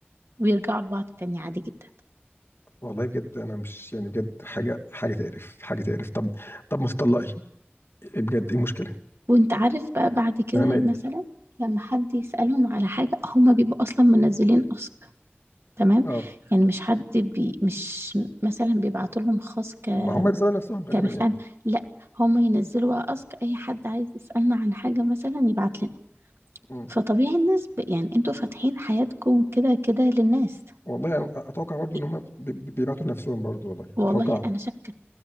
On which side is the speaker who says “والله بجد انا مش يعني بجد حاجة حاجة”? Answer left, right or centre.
Left